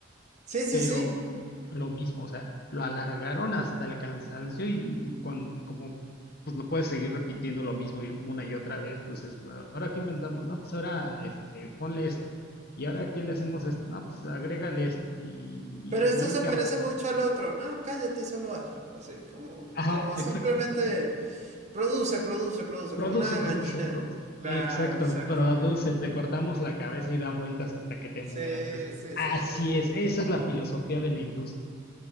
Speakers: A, on the right; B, on the left.
A: sí, sí,
B: Pero
A: sí.
B: lo mismo, o sea, lo alargaron hasta el cansancio y, y con, como pues no puedes seguir repitiendo lo mismo y una y otra vez, pues es, "Ah, ahora qué inventamos, no, pues ahora este, ponle esto, y ahora qué le hacemos a esto, no, pues agrégale esto, y, y
A: Pero
B: también
A: esto se
B: que...
A: parece
B: hab-
A: mucho al otro. No, cállate y solo hazlo. Así, como,
B: Ajá,
A: como
B: exacto.
A: simplemente produce, produce, produce,
B: Produce,
A: como una
B: produce,
A: gallina.
B: produce.
A: Claro,
B: Exacto,
A: exactamente.
B: produce, te cortamos la cabeza y da vueltas hasta que te
A: Sí,
B: mueras. Es-
A: sí,
B: Así
A: sí, sí. sí.
B: es, esa es la filosofía de la industria.